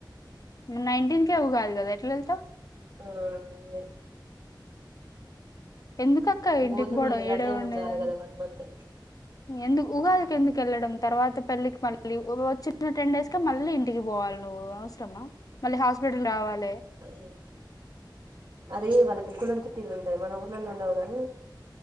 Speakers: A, on the left (about 50°); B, on the right (about 75°).
A: నైన్టీన్కే ఉగాది కదా ఎట్లెల్తవ్
B: ఆ అదే
A: ఎందుకక్క
B: ఇక
A: ఇంటికి
B: పోతే
A: పోవడం
B: మళ్ళీ ఇగ
A: ఈడే
B: అటే
A: ఉండేదానికి
B: ఉండాలి కదా వన్ మంత్
A: ఎందుకు ఉగాదికి ఎందుకు వెళ్ళడం తర్వాత పెళ్ళికి మళ్ళీ వచ్చిన్న టెన్ డేస్ మళ్ళీ ఇంటికి పోవాలి నువ్వు అవసరమా మళ్ళీ హాస్పిటల్ రావాలి
B: అదే అదే వాళ్ళకి కులం చిట్టీలు ఉంటయి మన ఊర్లలో ఉండవు కానీ